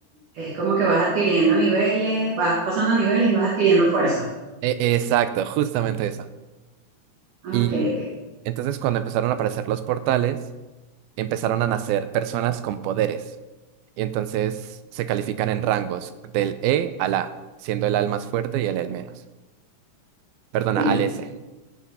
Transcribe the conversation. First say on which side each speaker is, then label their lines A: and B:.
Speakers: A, on the right; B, on the right.
A: es como que vas adquiriendo niveles, vas pasando niveles y vas adquiriendo fuerza.
B: E- exacto, justamente eso.
A: Ah,
B: Y
A: Ok, ok,
B: entonces cuando empezaron a aparecer los portales, empezaron a nacer personas con poderes. Y entonces se califican en rangos del E al A, siendo el A el más fuerte y el E el menos. Perdona,
A: divino.
B: al S.